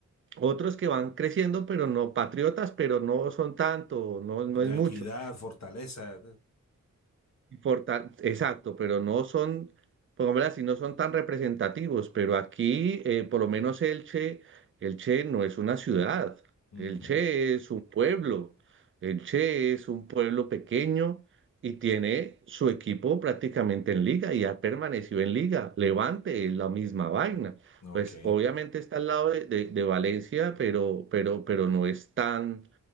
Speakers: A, on the right; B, on the left.
A: otros que van creciendo, pero no patriotas, pero no son tanto, no, no
B: La
A: es mucho.
B: equidad, fortaleza.
A: Forta- Exacto, pero no son, pongámoslo así, no son tan representativos, pero aquí, eh, por lo menos Elche, Elche no es una ciudad,
B: Ujú.
A: Elche es un pueblo, Elche es un pueblo pequeño y tiene su equipo prácticamente en liga y ha permanecido en liga. Levante es la misma vaina.
B: Ok,
A: Pues obviamente está al lado de, de- de Valencia, pero, pero, pero no es tan